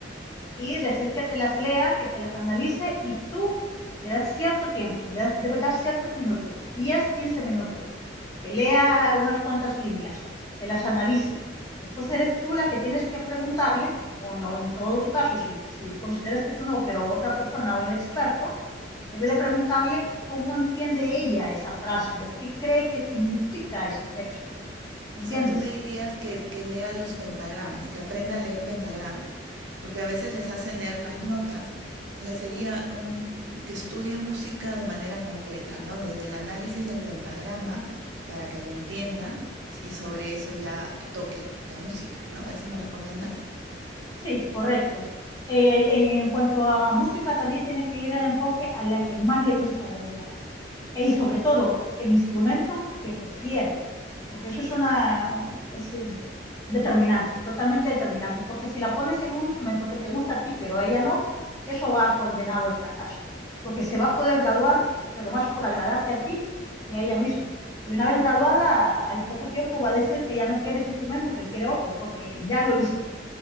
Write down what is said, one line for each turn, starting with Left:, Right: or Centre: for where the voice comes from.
Left: y decir que te las lea, que te las analice y tú le das cierto tiempo, le das, debes dar ciertos minutos, 10, 15 minutos, que lea unas cuantas líneas, te las analice. Después eres tú la que tienes que preguntarle, o, o en todo tu caso, si, si consideras que tú no, pero otra persona o el experto, Debe de preguntarle cómo entiende ella esa frase o qué cree que significa ese texto. ¿Entiendes?
Right: O sea, tú me dirías que, que lea los pentagramas, que aprenda a leer pentagramas, porque a veces les hacen leer las notas. O sea, sería un, que estudie música de manera completa, ¿no? Desde el análisis del pentagrama para que lo entienda s- y sobre eso ya toque la música, ¿no? ¿Eso me recomiendas?
Left: Sí, correcto. Eh, eh, en cuanto a música, también tiene que ir el enfoque a la que más le gusta a ella. E, y sobre todo, el instrumento que prefiere. Porque eso es una, es, Determinante, totalmente determinante, porque si la pones en un instrumento que te gusta a ti, pero a ella no, eso va condenado al fracaso, porque se va a poder graduar, pero más por agradarte a ti y a ella misma. Y una vez graduada, al poco tiempo va a decir que ya no quiere ese instrumento, que quiere otro, porque ya lo he visto,